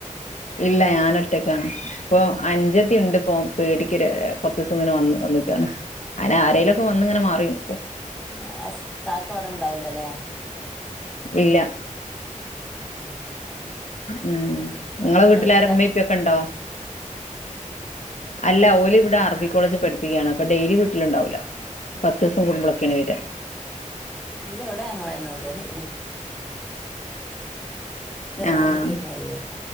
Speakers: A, on the left; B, in the centre.
A: ഇല്ല ഞാനൊറ്റക്കാണ് പ്പൊ അൻഞ്ചത്തി ഉണ്ട് പ്പൊ പേടിക്ക് രു കൊറചൂസത്തിന് വന്ന് വന്ന് ക്കാണ് അയിന് ആരയിലുംക്കെ വന്നിങ്ങനെ മാറി നിക്കും
B: ആഹ് അസ് കാക്കവ്ടെ ണ്ടാവൂല ല്ലേ
A: ഇല്ല
B: എഹ്
A: ഉം ങ്ങളെ വീട്ടിലാരമ്മപ്പൊക്കെ
B: ഗൾഫിലാ
A: ണ്ടോ അല്ല ഓല് ഇവ്ടെ അറബി കോളേജി പഠിപ്പിക്കുകയാണ് അപ്പ ഡെയിലി വീട്ടില്ണ്ടാവൂല പത്തൂസം കൂടുബളൊക്കെയാണ് വെര
B: ഇല്ല ഇവിടെ ഞങ്ങളന്നെ ള്ളു <unintelligible>
A: ആഹ്
B: അങ്ങനൊക്കെ വരല്